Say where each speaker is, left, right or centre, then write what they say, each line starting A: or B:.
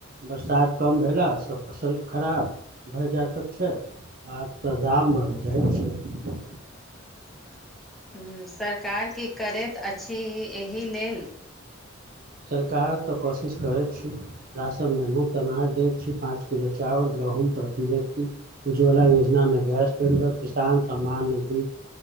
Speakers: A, on the right; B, in the centre.
A: बरसात कम भेलासँ फसल खराब भरि जा तक छै आ तऽ दाम बढ़ि जाइ छै
B: <inaudible> ह्म सरकार की करैत अछि एहि लेल
A: सरकार तऽ कोशिश करैत छी राशनमे मुफ्त अनाज दैत छी पाँच किलो चाउर ग गहुम प्रति व्यक्ति उज्ज्वला योजनामे गैस सिलेडर किसान सम्मान निधि